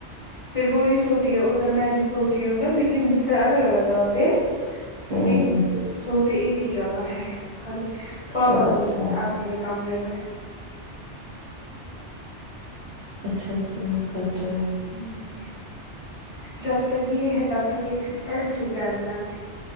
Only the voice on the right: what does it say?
ہوں
اچھا
کرتے
ہو
اچھا <unintelligible>